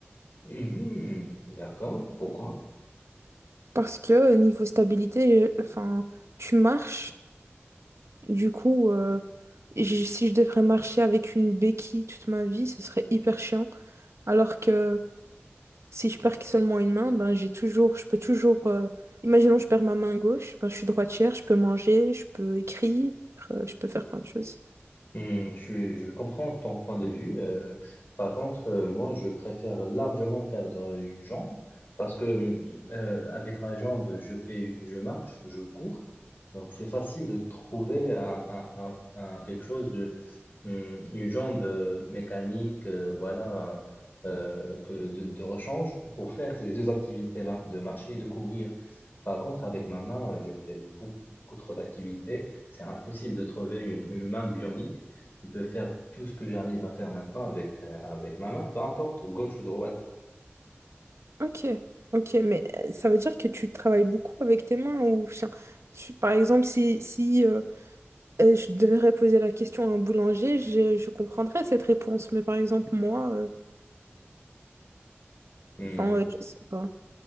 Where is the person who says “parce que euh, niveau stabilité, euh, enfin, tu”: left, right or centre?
Right